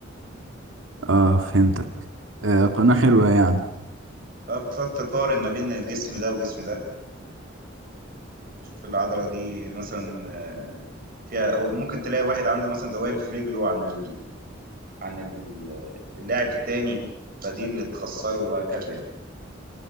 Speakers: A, on the right; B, on the right.
A: اه فهمتك آه قناه حلوه يعني
B: أه، بتقعد تقارن ما بين الجسم ده وجسم ده تشوف العضلة دي مثلا آه، فيها أو ممكن تلاقي واحد عنده مثلا دوالي في رجله عن ال... عن ال- اللاعب التاني فدي اللي تخسره وهكذا يعني